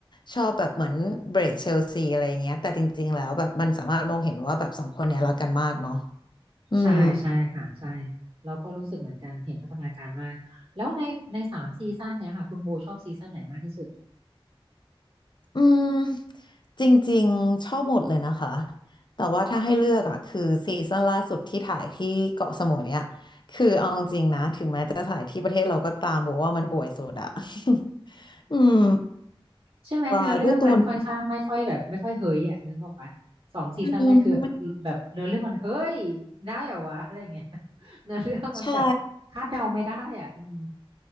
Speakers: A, on the left; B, on the right.
A: ชอบแบบเหมือนเบรกเชลซีอะไรอย่างเงี้ยแต่จริงๆแล้วแบบมันสามารถมองเห็นว่าแบบสองคนเนี้ยรักกันมากเนาะอืม
B: ใช่ใช่ค่ะใช่เราก็รู้สึกเหมือนกันเห็นพัฒนาการมากแล้วในในสามซีซั่นเนี่ยค่ะคุณโบชอบซีซั่นไหนมากที่สุด
A: อืมจริงๆชอบหมดเลยนะคะแต่ว่าถ้าให้เลือกอ่ะคือซีซั่นล่าสุดที่ถ่ายที่เกาะสมุยอ่ะคือเอาจริงๆนะถึงแม้จะถ่ายที่ประเทศเราก็ตามบอกว่ามันห่วยสุดอ่ะ <laughs> อืม
B: ใช่ไหมเนื้อเรื่องมันค่อนข้างไม่ค่อยแบบไม่ค่อยเฮ้ยอ่ะนึกออกปะสองซีซั่นแรกคือแบบแบบเนื้อเรื่องมันเฮ้ย
A: ว่าด้วยตัวอืมไม่
B: ได้เหรอวะอะไรอย่างเงี้ย <laughs> เนื้อเรื่องมันแบบคาดเดาไม่ได้อ่ะอืม
A: ใช่